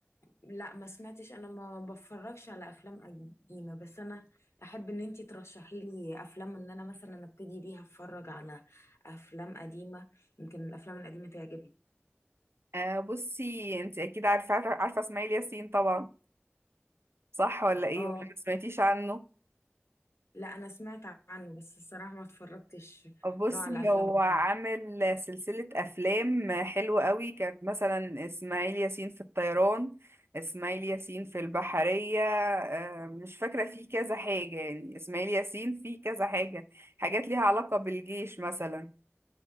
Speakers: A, on the left; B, on the right.
A: لا ما سمعتش انا ما بفرجش على افلام قديمه بس انا احب ان انتي ترشحي لي افلام ان انا مثلا ابتدي بيها اتفرج على افلام قديمه يمكن الافلام القديمه تعجبني
B: آه، بصي انت اكيد عارفة عارفة اسماعيل ياسين طبعا صح ولا ايه
A: اه
B: ولا ما سمعتيش عنه؟
A: لا انا سمعت عنه بس الصراحه ما اتفرجتش
B: بصي
A: له على افلام
B: هو
A: كتير
B: عامل سلسلة أفلام حلوة قوي كانت مثلا إسماعيل ياسين في الطيران إسماعيل ياسين في البحرية آه، مش فاكرة فيه كذا حاجة يعني إسماعيل ياسين فيه كذا حاجة حاجات ليها علاقة بالجيش مثلا